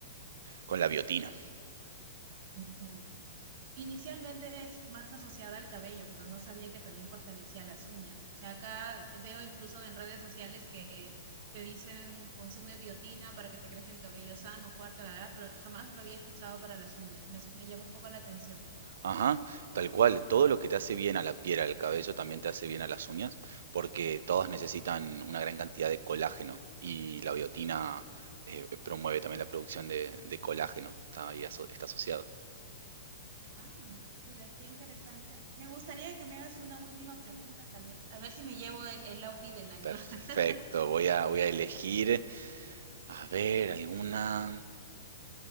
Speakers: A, on the right (about 65°); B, on the right (about 50°).
A: Con la biotina.
B: Ujú. Inicialmente es más asociada al cabello, pero no sabía que también fortalecía las uñas. O sea, acá veo incluso en redes sociales que te dicen consume biotina para que te crezca el cabello sano, fuerte, la, verdad. pero jamás lo había escuchado para las uñas. Me, me llama un poco la atención.
A: Ajá, tal cual. Todo lo que te hace bien a la piel, al cabello, también te hace bien a las uñas, porque todas necesitan una gran cantidad de colágeno y la biotina eh, promueve también la producción de, de colágeno. Está ahí aso- está asociado.
B: Ah, mira, qué interesante. Me gustaría que me hagas una última pregunta, tal vez. A ver si me llevo el, el Audi del año.
A: Perfecto.
B: <laughs>
A: Voy a, voy a elegir, a ver, alguna...